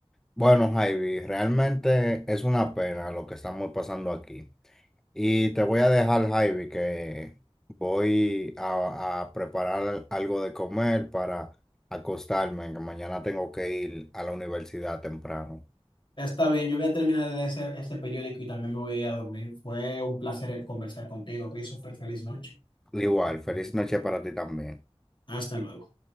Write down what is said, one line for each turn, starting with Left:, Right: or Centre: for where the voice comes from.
Centre: Bueno, Javi, realmente es una pena lo que estamos pasando aquí. Y te voy a dejar, Javi, que voy a, a preparar algo de comer para acostarme, que mañana tengo que ir a la universidad temprano.
Left: Está bien, yo voy a terminar de leer ese- este periódico y también me voy a ir a dormir. Fue un placer conversar contigo, Christopher. Feliz noche.
Centre: Igual, feliz noche para ti también.
Left: Hasta luego.